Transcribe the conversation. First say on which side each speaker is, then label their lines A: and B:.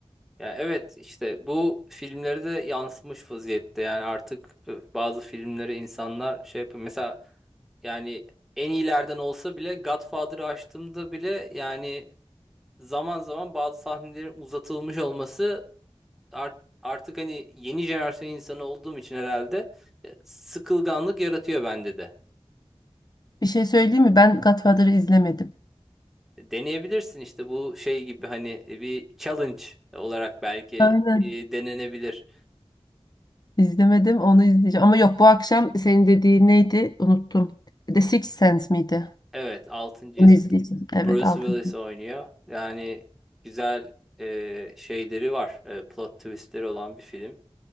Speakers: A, in the centre; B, on the left.
A: Yani evet işte bu filmlere de yansımış vaziyette. Yani artık e, bazı filmleri insanlar şey yapıyor. Mesela yani en iyilerden olsa bile Godfather'ı açtığımda bile yani zaman zaman bazı sahnelerin uzatılmış olması art- artık hani yeni jenerasyon insanı olduğum için herhalde e, sıkılganlık yaratıyor bende de.
B: Bir şey söyleyeyim mi? Ben Godfather'ı izlemedim.
A: Deneyebilirsin işte bu şey gibi hani bir challenge olarak belki
B: Aynen.
A: e, denenebilir.
B: İzlemedim onu izleyeceğim. Ama yok bu akşam senin dediğin neydi? Unuttum. The Sixth Sense miydi?
A: Evet 6.'yız.
B: Onu izleyeceğim. Evet
A: Bruce
B: altı.
A: Willis oynuyor. Yani güzel e, şeyleri var. E, plot twistleri olan bir film.